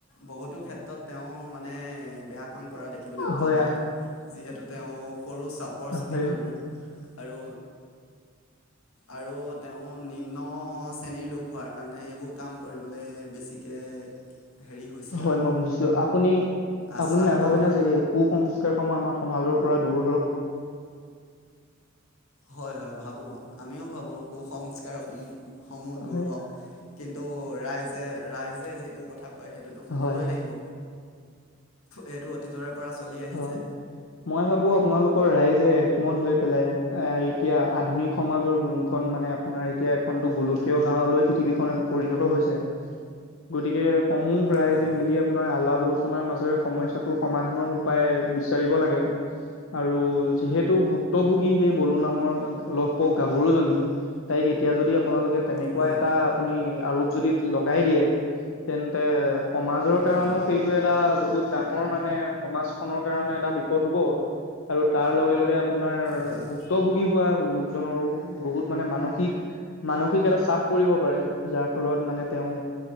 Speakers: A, on the left (about 85°); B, on the left (about 65°).
A: বহুতো ক্ষেত্ৰত তেওঁ মানে বেয়া কাম কৰা দেখিবলৈ পোৱা
B: হয়
A: যায়, যিহেতু তেওঁ। সৰু চাপৰ চুটি
B: হয়
A: মানুহ আৰু। আৰু তেওঁ নিম্ন শ্ৰেণীৰ লোক হোৱাৰ কাৰণে এইবোৰ কাম কৰিবলৈ বেছি। একৈ হেৰি হৈছে
B: হয়
A: আৰু।
B: মই বুজিছো আপুনি
A: আশ্বাস
B: আপুনি নাভাবেনে
A: কৰে
B: যে এই কু সংস্কাৰ সমূহ আমাৰ সমাজৰ পৰা দূৰ হ‌ওক
A: হয় হয় ভাবো আমিও ভাবো কুসংস্কাৰসমূহ সমূহ দূৰ
B: হয়
A: হওক কিন্তু ৰাইজ যে ৰাইজে যিটো কথা কয় সেইটোতো শুনিবই
B: হয়
A: লাগিব এইটো অতীজৰে পৰা চলি আহিছে
B: হয় মই ভাবো আপোনালোকৰ ৰাইজে একমত হৈ পেলাই এতিয়া আধুনিক সমাজৰ যোনখন মানে আপোনাৰ এতিয়া এখনতো গোলকীয় গাওঁ লৈ পৃথিৱীখনো পৰিণত হৈছে গতিকে সমূহ ৰাইজে
A: হয় হয়
B: মিলি আপোনাৰ আলাপ আলোচনাৰ মাজেৰে সমস্যাটোৰ সমাধানৰ পাই বিচাৰিব লাগে আৰু যিহেতু ভুক্তভোগী সেই বলু নামৰ লহপক গাভৰু জনী তাইক কেতিয়া যদি আপোনালোকে তেনেকুৱা
A: হয়
B: এটা আপুনি আৰোপ যদি লগাই দিয়ে তেন্তে সমাজৰ কাৰণেও
A: হয়
B: সেইটো এটা বহুত ডাঙৰ মানে সমাজ খনৰ কাৰণে এটা বিপদ হ'ব আৰু তাৰ লগে লগে আপোনাৰ
A: হয়
B: ভুক্তভোগী হোৱা লোক জনৰো বহুত মানে মানসিক মানসিক এটা চাপ পৰিব পাৰে যাৰ ফলত মানে তেওঁ